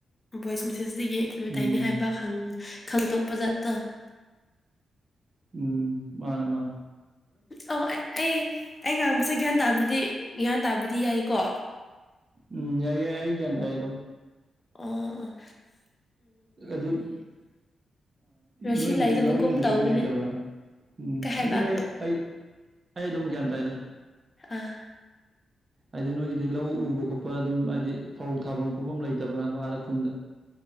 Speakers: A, on the left (about 25°); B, on the right (about 40°).
A: ꯣꯏꯆꯃꯁꯁ ꯁꯤꯒꯤ ꯃꯇꯩꯅꯤ
B: ꯎꯝ
A: ꯍꯥꯏꯕ ꯈꯪꯗꯣꯛꯄ ꯖꯥꯠꯇꯣ
B: ꯎꯝ ꯃꯥꯅꯦ ꯃꯥ
A: ꯑ ꯑꯩ ꯑꯩ ꯉꯥꯡꯕꯁꯦ ꯒ꯭ꯌꯥꯟ ꯇꯥꯕꯗꯤ ꯒ꯭ꯌꯥꯟ ꯇꯥꯕꯗꯤ ꯌꯥꯏꯀꯣ
B: ꯎꯝ ꯌꯥꯏ ꯑꯏ ꯀꯗ ꯑꯦ ꯑꯗꯨꯝ
A: ꯑꯣ
B: ꯑꯗꯨ
A: ꯔꯁꯤ
B: ꯅꯣꯏꯒꯤꯗꯤ
A: ꯂꯩꯗꯕꯒꯨꯝ
B: ꯂꯧꯒꯨꯝꯕꯒꯗꯤ
A: ꯇꯧꯕꯅꯦ
B: ꯂꯩꯇꯕ꯭ꯔꯥ ꯎꯝ
A: ꯀꯩ ꯍꯥꯏꯕ
B: ꯑꯗꯨꯝ ꯑꯩ ꯑꯩ ꯑꯩ ꯑꯗꯨꯝ ꯒ꯭ꯌꯥꯟ ꯇꯥꯏꯗ
A: ꯑꯥ
B: ꯍꯥꯏꯗꯤ ꯅꯣꯏꯒꯤꯗꯤ ꯂꯧ ꯎꯕ ꯈꯣꯠꯄ ꯑꯗꯨꯝ ꯍꯥꯏꯗꯤ ꯐꯧ ꯊꯥꯐꯝ ꯈꯣꯠꯐꯝ ꯂꯩꯇꯕ꯭ꯔꯥꯕ ꯑꯥꯗ ꯈꯨꯟꯗ